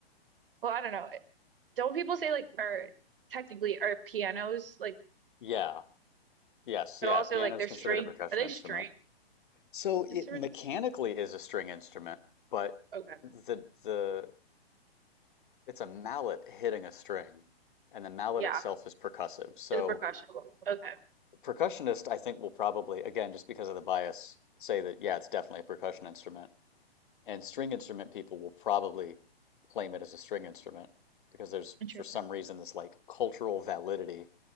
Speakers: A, on the right; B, on the left.
A: well, I don't know. Don't people say like or technically are pianos like,
B: yeah, yes,
A: but
B: yeah.
A: also
B: Piano
A: like
B: is
A: they're
B: considered
A: string?
B: a percussion
A: Are they
B: instrument,
A: string
B: so
A: instruments?
B: it mechanically
A: too?
B: is a string instrument, but
A: Okay,
B: the the It's a mallet hitting a string, and the mallet
A: yeah,
B: itself is percussive. So
A: it's a percussion. Okay,
B: percussionist, I think, will probably, again, just because of the bias, say that, yeah, it's definitely a percussion instrument. And string instrument people will probably claim it as a string instrument because there's,
A: interesting.
B: for some reason, this like cultural validity